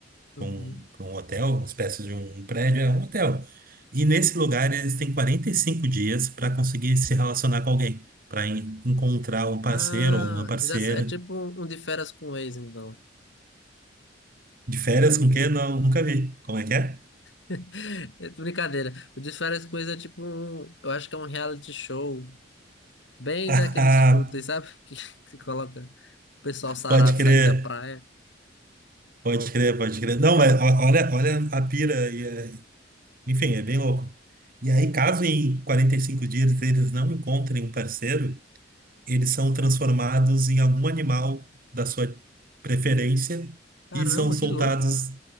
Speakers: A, on the left; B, on the right.
A: Uhum.
B: pra um, pra um hotel, uma espécie de um um prédio, é um hotel. E nesse lugar eles têm 45 dias para conseguir se relacionar com alguém, para encontrar um parceiro
A: Ah,
B: ou uma parceira.
A: já sei. É tipo um, um de férias com o ex, então.
B: De férias com quem? Não, nunca vi. Como é que é?
A: <laughs> É Brincadeira. O De Férias com Ex é tipo um, eu acho que é um reality show bem
B: <laughs>
A: daqueles fúteis, sabe? <laughs> Que, que coloca o pessoal sarado
B: Pode crer,
A: saindo da praia.
B: pode crer, pode crer. Não, mas o- olha, olha a pira aí. é. Enfim, é bem louco. E aí, caso em 45 dias eles não encontrem um parceiro, eles são transformados em algum animal da sua preferência
A: Caramba,
B: e são soltados
A: que louco,